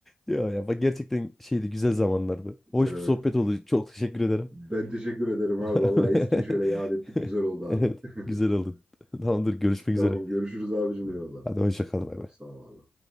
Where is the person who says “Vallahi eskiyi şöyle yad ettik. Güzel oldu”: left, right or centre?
Right